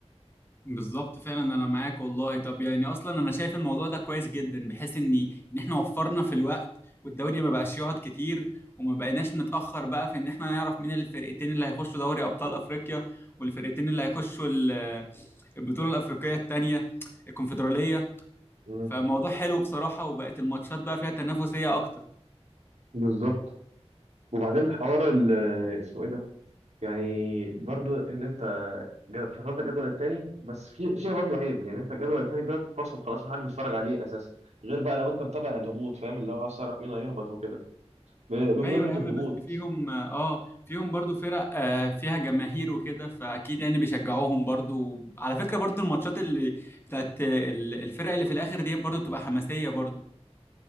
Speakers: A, on the left; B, on the right.
A: بالظبط فعلا انا معاك والله طب يعني اصلا انا شايف الموضوع ده كويس جدا بحيث ان ان احنا وفرنا في الوقت والدوري ما بقاش يقعد كتير وما بقيناش نتاخر بقى في ان احنا نعرف مين الفرقتين اللي هيخشوا دوري ابطال افريقيا والفرقتين اللي هيخشوا ال- البطوله الافريقيه التانيه الكونفدراليه
B: مم.
A: فموضوع حلو بصراحه وبقت الماتشات بقى فيها تنافسيه اكتر
B: بالظبط وبعدين حوار ال- اسمه ايه ده يعني برضو ان انت جا- فصلت الجدول الثاني بس في فيها برضو عيب يعني انت الجدول الثاني ده اتفصل خلاص محدش بيتفرج عليه اساسا غير بقى لو انت متابع الهبوط فاهم اللي هو عاوز تعرف مين هيهبط وكده ب- بمناسبة
A: ايوه يا عم
B: الهبوط
A: بس فيهم اه فيهم برضو فرق آه فيها جماهير وكده فاكيد يعني بيشجعوهم برضو على فكره برضو الماتشات اللي بتاعت ال- الفرق اللي في الاخر دي برضو بتبقى حماسيه برضو